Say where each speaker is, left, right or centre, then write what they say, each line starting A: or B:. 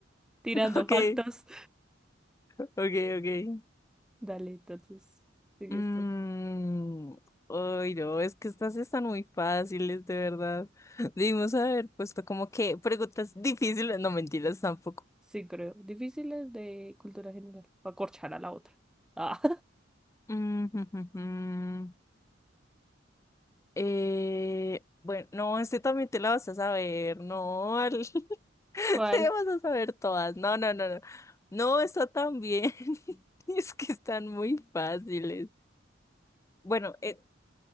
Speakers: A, in the centre; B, on the left (about 15°).
A: Tirando
B: Ok,
A: factos.
B: ok, ok.
A: Dale, entonces, sigue
B: Mm,
A: esto.
B: Ay, no, es que estas están muy fáciles, de verdad. <laughs> Debimos haber puesto como que preguntas difíciles, no mentiras tampoco.
A: Sí, creo. Difíciles de cultura general. Va a corchar a la otra. Ah.
B: Mm, <laughs> Eh, bueno, no, este también te la vas a saber, no, al- <laughs>
A: ¿Cuál?
B: te vas a saber todas, no, no, no, no, no, está tan bien, <laughs> es que están muy fáciles. Bueno, eh,